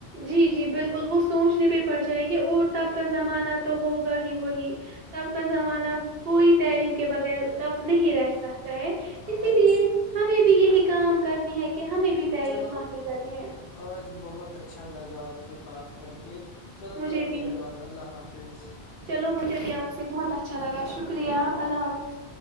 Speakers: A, on the right (about 65°); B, on the left (about 65°).
A: جی جی بالکل وہ سوچنے بھی پڑ جائیں گے اور تب کا زمانہ تو ہوگا ہی وہی تب کا زمانہ کوئی تعلیم کے بغیر تب نہیں رہ سکتا ہے
B: ہاں
A: اسی لیے ہمیں بھی یہی کام <unintelligible> کہ ہمیں بھی تعلیم
B: چلو
A: حاصل کرنی ہے
B: آج بہت اچھا لگا سے بات کر کے چلو
A: مجھے
B: کرتے
A: بھی
B: ہیں بات اللہ حافظ <unintelligible>
A: چلو مجھے بھی آپ سے بہت اچھا لگا شکریہ اللہ حافظ